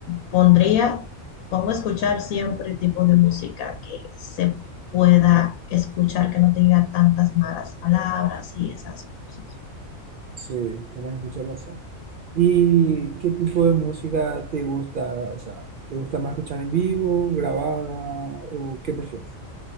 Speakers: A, on the left; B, on the right.
A: pondría, pongo a escuchar siempre tipo de música que se pueda escuchar, que no tenga tantas malas palabras y esas cosas.
B: Sí, tenés mucha razón. ¿Y qué tipo de música te gusta? O sea, ¿te gusta más escuchar en vivo, grabada o qué prefieres?